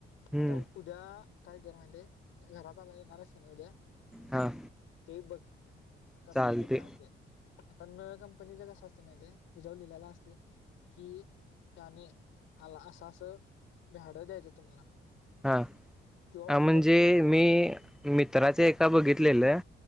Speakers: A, in the centre; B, on the left.
A: हम्म
B: आता उद्या काय कर माहितीे घरात आला येणारच की नाही उद्या
A: हा
B: ते बघ कस
A: चालते
B: असते काय असते. आता नळ्या कंपनीच कसं असते माहितीे तिच्या वर लिहाल असते. कि ह्याने आला असं असं भाडं द्यायचं तुम्हाला.
A: हा
B: किंवा
A: हा म्हणजे
B: बँकेला समजा
A: मी मित्राचे एका बघितलेलं.